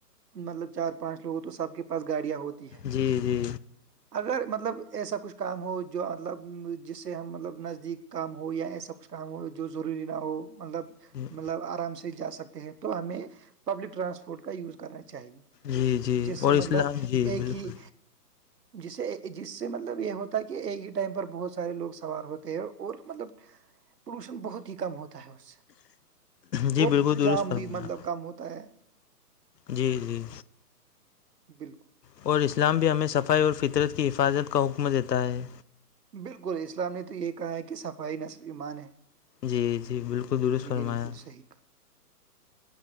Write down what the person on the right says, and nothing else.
مطلب چار پانچ لوگ تو سب کے پس گاڑیاں ہوتی ہیں
اگر مطلب ایسا کچھ کام ہو جو مطلب جس سے ہم مطلب نزدیک کام ہو یا ایسا کچھ کام ہو جو ضروری نہ ہو مطلب
مطلب آرام سے جا سکتے ہیں تو ہمیں پبلک ٹرانسپورٹ کا یوز کرنا چاہیے
جس سے
مطلب
ایک
ہی جسے جس سے مطلب یہ ہوتا ہے کہ ایک ہی ٹائم پر بہت سارے لوگ سوار ہوتے ہیں اور مطلب پولوشن بہت ہی کم ہوتا ہے اس سے
اور
جام
بھی مطلب کم ہوتا ہے
بالکل
بالکل اسلام نے تو یہ کہا کہ صفائی نصل ایمان ہے
بالکل صحیح